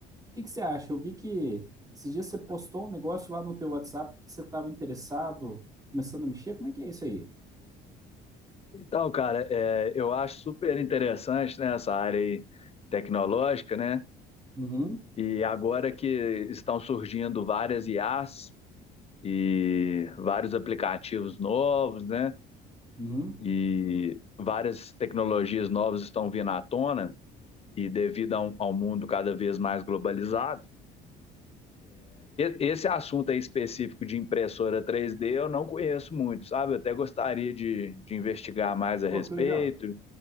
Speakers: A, on the right; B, on the left.
A: que que você acha? Eu vi que esses dias você postou um negócio lá no teu WhatsApp que você estava interessado, começando a mexer. Como é que é isso aí?
B: Então, cara, é, eu acho super interessante, né, essa área aí tecnológica, né?
A: Uhum,
B: E agora que estão surgindo várias IAs e vários aplicativos novos, né?
A: uhum.
B: E várias tecnologias novas estão vindo à tona e devido a um- ao mundo cada vez mais globalizado, Esse assunto aí específico de impressora três d eu não conheço muito, sabe? Eu até gostaria de, de investigar mais a
A: Pô,
B: respeito,
A: que legal.